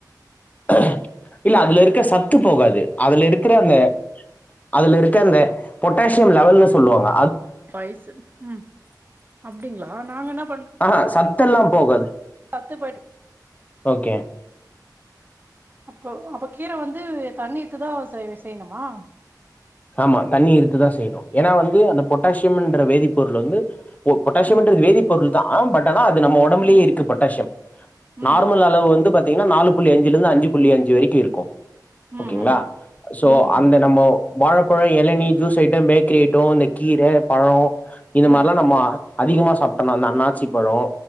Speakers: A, on the left (about 20°); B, on the right (about 25°).
A: ஹ இல்ல அதுல இருக்க சத்து போகாது அதுல இருக். இருக்குற அந்த அதுல இருக்கந்த பொட்டாசியம்ல. வெவல்னு சொல்லுவாங்க.
B: வயசு உம் அப்டிங்களா. ஆ நாங்க என்னப்.
A: ஆஹா சத்தெல்லாம். போகாது.
B: அத்துபடி.
A: ஓகே
B: அப்போ அவ கீரை வந்து தண்ணித்துதா செய்வ செய்யணு மா
A: ஆமா தண்ணி இருக்குதா செய்யணும் ஏன்னா வந்து அந்த பொட்டாசியம்ன்ற வேதிப்பொருள் வந்து பொ பொட்டாசியம்ன்றது
B: ம்
A: வேதிப் பொருள்தா ஆனா பட் ஆனா அது நம்ம ஒடம்புலேயே
B: ம்
A: இருக்கு பொட்டாசியம்
B: ம்
A: நார்மல் அளவு வந்து பாத் தீங்கனா நாலு புள்ளி அஞ்சுல இருந்து அஞ்சு புள்ளி அஞ்சு வரைக்கு இருக்கு
B: ம்
A: ஓகேங்களா
B: ம்
A: சோ
B: ம்
A: அந்த நம்ம வாழப்பழோ எளநி ஜூஸ் ஐட்டோ பேக்கரி ஐட்டோ இந்த கீரே பழோ இந்த மாரிலா
B: ம்
A: நம்ம அதிகமா சாப்ட்டனா இந்த அன்னாச்சி பழோ